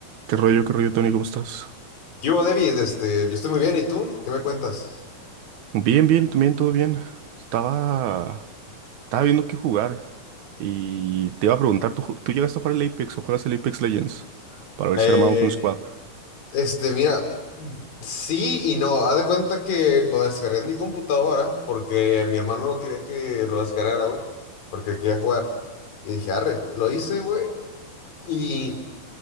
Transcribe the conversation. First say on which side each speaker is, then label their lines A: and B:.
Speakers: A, on the right; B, on the left.
A: ¿Qué rollo, qué rollo, Tony? ¿Cómo estás?
B: ¿Qué hubo, David? Este, yo estoy muy bien, ¿y tú? ¿Qué me cuentas?
A: Bien, bien, también todo bien. Estaba, estaba viendo qué jugar y te iba a preguntar, ¿tú, ju- tú llegaste a jugar el Apex o juegas el Apex Legends? Para ver
B: Eh,
A: si armamos un squad.
B: este, mira, sí y no. Haz de cuenta que lo descargué en mi computadora porque mi hermano no quería que lo descargara, güey, porque quería jugar. Y dije, arre, lo hice, güey, y